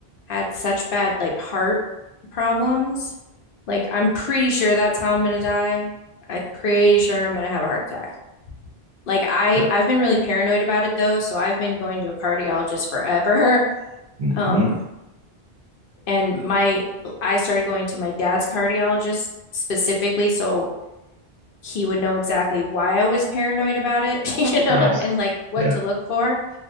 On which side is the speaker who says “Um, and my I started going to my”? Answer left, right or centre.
Left